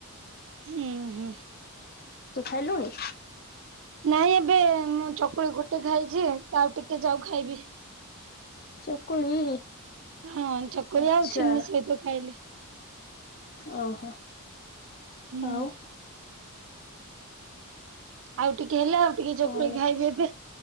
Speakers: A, on the right; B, on the left.
A: ହୁଁ, ହୁଁ।
B: ତୁ ଖାଇଲୁଣି?
A: ନାଇଁ ଏବେ ମୁଁ ଚକୁଳି ଗୋଟେ ଖାଇଛି ଆଉ ଟିକେ ଯାଉ ଖାଇବି।
B: ଚକୁଳି।
A: ହଁ ଚକୁଳି
B: ଆଚ୍ଛା
A: ଆଉ ଚିନି ସହିତ ଖାଇଲେ।
B: ଓହୋ।
A: ହୁଁ
B: ଆଉ?
A: ଆଉ ଟିକେ ହେଲେ ଆଉ ଟିକେ
B: କଣ?
A: ଚକୁଳି ଖାଇବି ଏବେ